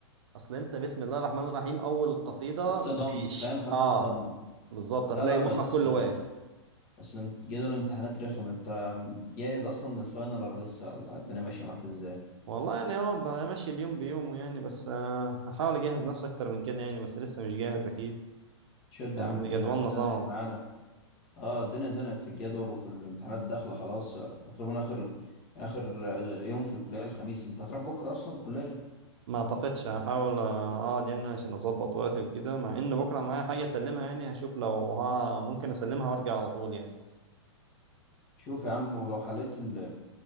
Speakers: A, on the right; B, on the left.
A: أصل أنت بسم الله الرحمن الرحيم أول قصيدة
B: اتصدمت
A: مفيش
B: فاهم خدت
A: أه
B: الصدمه
A: بالظبط هتلاقي
B: لا لا
A: مخك
B: بس
A: كله واقف
B: بس لما جدول الامتحانات رخم انت جاهز اصلا للفاينل ولا لسه ولا الدنيا ماشيه معاك ازاي
A: والله يعني هو بمشي اليوم بيومه يعني بس آه، هحاول أجهز نفسي أكتر من كده يعني بس لسه مش جاهز أكيد
B: شد
A: يعني
B: يا عم
A: احنا
B: الدنيا
A: جدولنا
B: زنقت
A: صعب
B: معانا اه الدنيا زنقت في الجدول وفي الامتحانات داخله خلاص تقريبا اخر اخر يوم في الكليه الخميس انت هتروح بكره اصلا الكليه
A: ما اعتقدش هحاول اقعد يعني عشان اظبط وقتي وكده مع ان بكره معايا حاجه اسلمها يعني هشوف لو ها ممكن اسلمها وارجع على طول يعني
B: شوف يا عم ولو حليت ال...